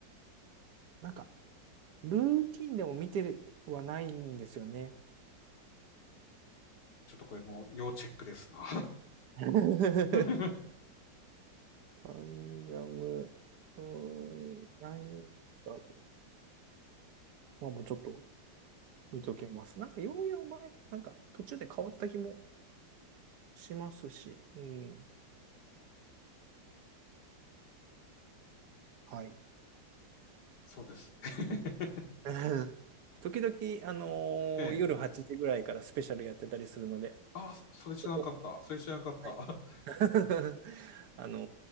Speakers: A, on the right (about 70°); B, on the left (about 60°).
A: なんかルーティンでも見てはないんですよね。
B: ちょっとこれもう要チェックですな。
A: <laughs>
B: <laughs>
A: カンジャム、うーん、なんか、まあもうちょっと見ときます。なんかようやく前、なんか途中で変わった気もしますし、うん、はい。
B: そうですね。
A: <laughs> 時々、あの
B: <laughs> ええ。
A: ー夜8時ぐらいからスペシャルやってたりするので、
B: あ、そそれ知らなかった。
A: そこ、
B: それ知らなかった。
A: はい
B: <laughs> は
A: <laughs> あの